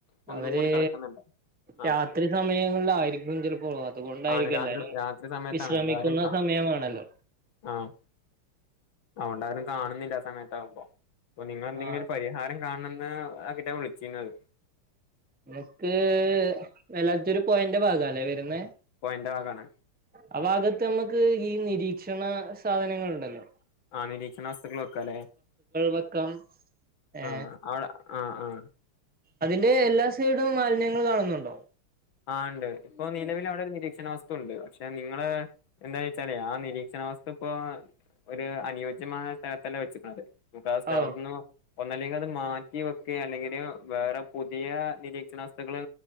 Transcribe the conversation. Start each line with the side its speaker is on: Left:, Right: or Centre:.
Left: കുന്നും
Centre: അവര്
Left: കൂടി കിടക്കുന്നുണ്ട് ആഹ്
Centre: രാത്രി സമയങ്ങളിലായിരിക്കും ചിലപ്പോ അതുകൊണ്ടായിരിക്കും
Left: ആണ് രാത്രി
Centre: എല്ലാരും
Left: രാത്രി സമയത്താണ്
Centre: വിശ്രമിക്കുന്ന
Left: അതുകൊണ്ടാരും കാ
Centre: സമയമാണല്ലോ
Left: ആഹ് അഹ്കൊണ്ടാരും കാണുന്നില്ല ആ സമയത്ത് ആകുമ്പോ അപ്പം നിങ്ങെളെന്തെങ്കിലും
Centre: ആ
Left: ഒരു പരിഹാരം കാണന്ന് ആ കിട്ടാൻ വിളിച്ചിരുന്നത്
Centre: എനക്ക് മേലാറ്റൂരു പോഴൻ്റെ ഭാഗം ല്ലേ വരുന്നത്
Left: പോഴന്റ് ഭാഗാണ്
Centre: ആ ഭാഗത്ത് നമ്മുക്ക് ഈ നിരീക്ഷണ സാധനങ്ങൾ ഉണ്ടല്ലോ
Left: ആഹ് നിരീക്ഷണ വസ്തുക്കൾ വെക്കെല്ലേ
Centre: വെക്കാം ഏ
Left: ആഹ് അവിടെ ആഹ് ആഹ്
Centre: അതിന്റെ എല്ലാ സൈഡും മാലിന്യങ്ങൾ കാണുന്നുണ്ടോ
Left: ആഹ് ഇണ്ട് ഇപ്പൊ നിലവിൽ അവിടെ ഒരു നിരീക്ഷണ വസ് ത്തുണ്ട് പക്ഷെ നിങ്ങള് എന്താ വച്ചാലേ ആ നിരീക്ഷണാവസ്ത്തു ഇപ്പോ ഒരു അനുയോജ്യമായ സ്ഥലത്തല്ല വെച്ചക്കന്നത് നമുക്ക് ആ സ്ഥലത്ത
Centre: ഓ
Left: ന്നന്ന് ഒന്നല്ലെങ്കിൽ അത് മാറ്റി വെക്കെ അല്ലെങ്കിൽ വേറെ പുതിയ നിരീക്ഷണ വസ്തുക്കള്